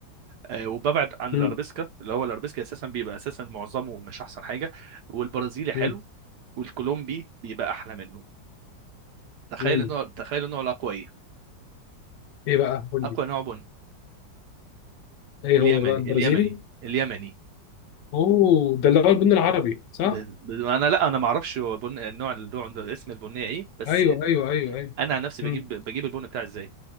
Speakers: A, on the right; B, on the left.
A: آه، وببعد عن
B: مم،
A: الارابيسكا اللي هو الارابيسكا اساسا بيبقى اساسا معظمه مش احسن حاجه والبرازيلي حلو
B: مم،
A: والكولومبي بيبقى احلى منه تخيل
B: مم.
A: النوع تخيل النوع الاقوى ايه
B: ايه بقى قول
A: اقوى
B: لي
A: نوع بن
B: ايه
A: اليمني
B: هو بقى البرازيلي
A: اليمني اليمني
B: اوه ده اللي هو البن العربي صح
A: ب... ب... انا لا انا ما اعرفش هو بن... النوع النوع ده- اسم البنيه ايه بس
B: ايوه ايوه ايوه ايوه
A: انا عن نفسي
B: مم،
A: بجيب بجيب البن بتاعي ازاي